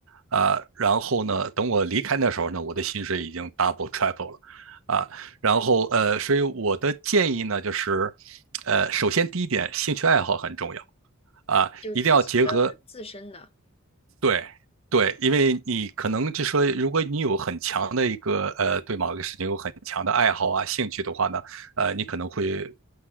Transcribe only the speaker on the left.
就自己的自身的，